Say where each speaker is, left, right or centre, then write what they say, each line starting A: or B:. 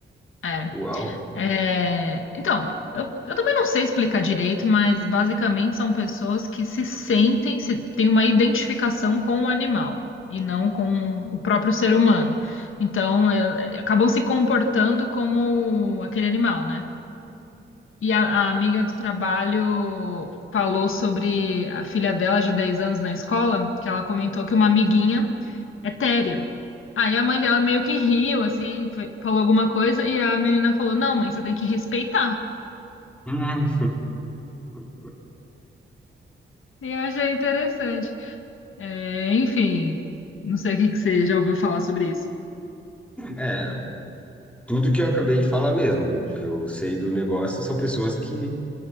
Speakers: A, on the left (about 80°); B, in the centre.
A: é.
B: Uau.
A: É, então, eu, eu também não sei explicar direito, mas basicamente são pessoas que se sentem, se têm uma identificação com o animal e não com o próprio ser humano. Então, é, é, acabam se comportando como aquele animal, né? E a, a amiga do trabalho falou sobre a filha dela de 10 anos na escola, que ela comentou que uma amiguinha é téria. Aí a mãe dela meio que riu, assim, foi- falou alguma coisa, e a menina falou: Não, mãe, você tem que respeitar.
B: Hum. <laughs>
A: Eu achei interessante. É, enfim, não sei o que que você já ouviu falar sobre isso.
B: É, tudo que eu acabei de falar mesmo, o que eu sei do negócio são pessoas que